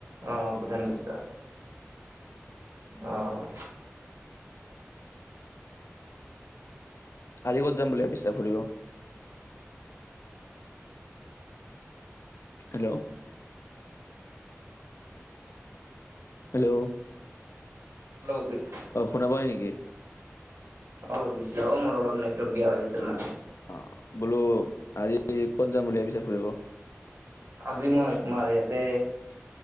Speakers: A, on the right (about 70°); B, on the left (about 70°).
A: অ', ভুটান গৈছা অ'।
B: আজি ক'ত যাম বুলি ভাবিছা ফুৰিব? হেল্ল'। হেল্ল'।
A: ল'গত গৈছোঁ।
B: অ', শুনা পাই কি?
A: অ', গত গৈছিলে অ', মোৰ অলপ নেটৱৰ্ক বিয়া হৈ আছিল মানে।
B: অ', বোলো আজি ক'ত যাম বুলি ভাবিছ ফুৰিব?
A: আজি মই তোমাৰ ইয়াতে